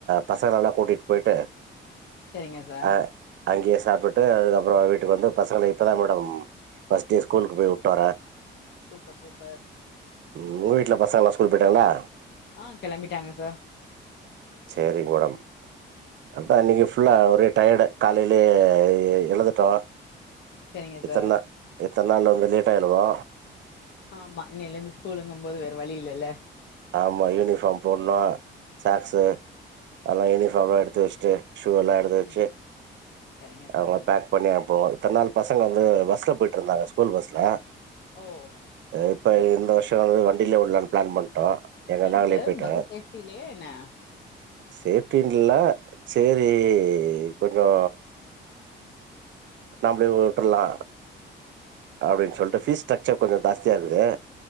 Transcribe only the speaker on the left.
செரிங்க சார்
சூப்பர் சூப்பர்
ஆ கெளம்பிட்டாங்க சா
சரிங்க
சார்
ஆமா இன்னையில இருந்து ஸ்கூலுங்கு போது வேற வழி இல்லைல்ல
ம் சரிங்க சார்
ஓ
ஏ
சார்
பஸ்ஸு சேஃப்டி இல்லையா என்ன